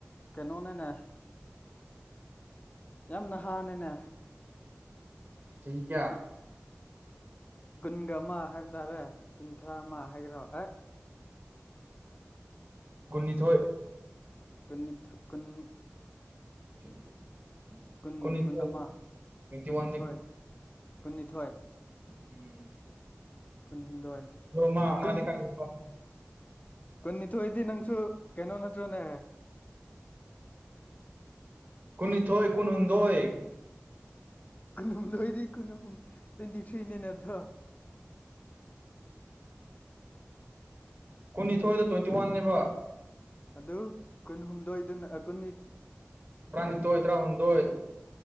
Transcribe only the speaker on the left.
ꯀꯩꯅꯣꯅꯦ ꯌꯥꯝ ꯅꯍꯥꯅꯤꯅꯦ
ꯀꯨꯟꯒ ꯑꯃ ꯍꯥꯏꯕ ꯇꯥꯔꯦ ꯀꯨꯟꯊ꯭ꯔꯥ ꯑꯃ ꯍꯥꯏꯒꯦꯔꯣ ꯑꯦ
ꯀꯨꯟꯅꯤꯊꯣꯏ ꯀꯨꯟ
ꯀꯨꯟ
ꯀꯨꯟ ꯑꯃ
ꯀꯨꯟꯅꯤꯊꯣꯏ
ꯀꯨꯟꯅꯤꯊꯣꯏ
ꯀꯨꯟꯍꯨꯝꯗꯣꯏ
ꯑꯦ
ꯀꯨꯟ
ꯀꯨꯟꯅꯤꯊꯣꯏꯗꯤ ꯅꯪꯁꯨ ꯀꯩꯅꯣ ꯅꯠꯇ꯭ꯔꯣꯅꯦ
ꯀꯨꯍꯨꯝꯗꯣꯏꯗꯤ ꯀꯨꯟ ꯑꯍꯨꯝ ꯇ꯭ꯋꯦꯟꯇꯤ ꯊ꯭ꯔꯤꯅꯤꯅꯦ ꯑꯗꯣ
ꯑꯗꯨ ꯀꯨꯟ ꯍꯨꯝꯗꯣꯏꯗꯨꯅ ꯑꯥ ꯀꯨꯟꯅꯤ